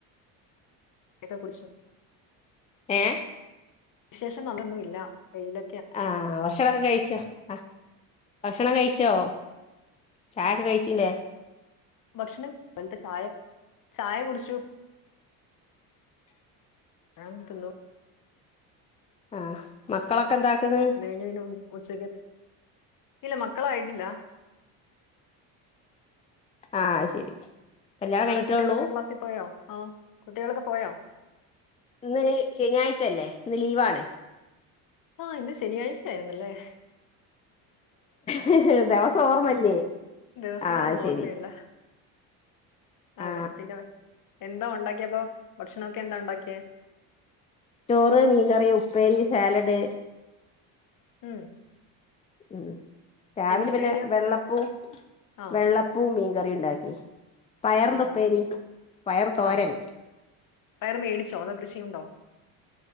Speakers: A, on the left; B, on the left.
A: എന്താ കുടിച്ചു.
B: ഏ
A: വിശേഷം പറഞ്ഞൊന്നൊന്നും ഇല്ല വെയില്.
B: ആഹ ഭക്ഷണംഒക്കെ കഴിച്ചോ? ആ ഭക്ഷണം കഴിച്ചോ ചായൊക്കെ കഴിച്ചിലൊ?
A: ഭക്ഷണം അനത്തെ ചായ ചായ കുടച്ചു. ആം തിന്നു.
B: ആഹ മക്കളൊക്കെ എന്താക്കുന്ന്.
A: ഞ്ഞുന ഉച്ചക്ക് ഇല്ല മക്കളായിട്ടില്ല.
B: ആഹ ശരി കല്യാണം
A: അവിടെ
B: കഴിഞ്ഞിട്ടേള്ളൂ
A: കുട്ടികളൊ ക്ലാസിൽ പോയോ ആ കുട്ടികളൊക്കെ പോയോ?
B: ഇന്ന് ശനിയാഴ്ചല്ലേ ഇന്ന് ലീവാണ്.
A: ആഹ ഇന്ന് ശനിയാഴ്ച ആയിരുന്ന്ല്ലേ?
B: ഹ് ഹ് ദിവസം ഓർമ്മല്ലേ
A: ദിവസങ്ങളൊന്നും
B: ആ ശരി
A: ഓർമ്മയില്ല. അതെ
B: ആ
A: പിന്നെ എന്താ ഉണ്ടാക്കിയപ്പോ ഭക്ഷണൊക്കെ എന്താ ഉണ്ടാക്കിയെ.
B: ചോറ്, മീൻകറി, ഉപ്പേരി, സാലഡ്.
A: ഉം
B: ഉം രാവിലെ
A: എന്തുപ്പേരിയാ
B: പിന്നെ വെള്ളപ്പൂ
A: ആ
B: വെള്ള ഉപ്പും മീൻകറിയും ഉണ്ടാക്കി. പയറിന്റെ
A: ആഹാ
B: ഉപ്പേരി പയർ തോരൻ.
A: ആഹാ പയർ മേടിച്ചോ. തോ കൃഷിയുണ്ടോ?